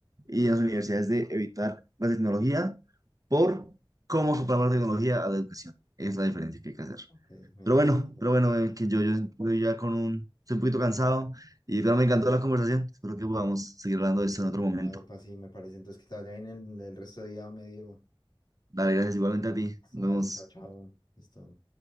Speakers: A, on the right; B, on the left.
A: y en las universidades de evitar la tecnología por cómo soportamos la tecnología a la educación. Es la diferencia que hay que hacer.
B: Ok, me,
A: Pero
B: me
A: bueno,
B: parece correcto.
A: pero bueno, eh, que yo, yo estoy ya con un, estoy un poquito cansado y pero me encantó la conversación. Espero que podamos seguir hablando de esto en otro
B: Epa,
A: momento.
B: epa, sí, me parece. Entonces que te vaya bien el, el resto de día, me Diego.
A: Dale, gracias igualmente a ti.
B: Esto
A: Nos
B: vale,
A: vemos.
B: chao, chao. Listo.